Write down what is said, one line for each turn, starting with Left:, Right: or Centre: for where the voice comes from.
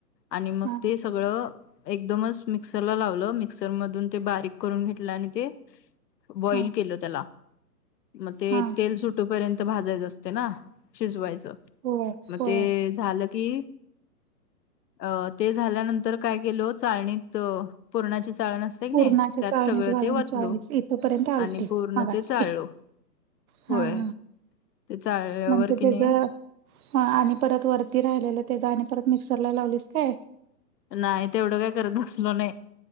Left: आणि मग
Right: हा
Left: ते सगळं एकदमच मिक्सरला लावलं मिक्सरमधून. ते बारीक करून घेतला आणि ते. बॉईल
Right: हा
Left: केलं त्याला मग ते
Right: हा
Left: तेल सुट तोपर्यंत भाजायच असते ना शिजवायच.
Right: होय
Left: मग
Right: होय
Left: ते झालं की अ ते झाल्यानंतर काय केल चाळणीत पुरणाची चाळण असते. की
Right: पूर्णाच्या
Left: नाही, त्यात
Right: चाळणीत
Left: सगळं
Right: घालून
Left: ते वतलो
Right: चाळ इथपर्यंत आलते
Left: आणि पूर्ण
Right: मगाशी.
Left: ते चाळलो.
Right: हा
Left: होय.
Right: हा
Left: ते चाळल्यावर
Right: म्हणजे
Left: की
Right: त्याच
Left: नाही
Right: ह आणि परत वरती राहिलेलं त्याचा आणि परत मिक्सरला लावलीस काय.
Left: नाही ते एवढं काय करत नसलो नाही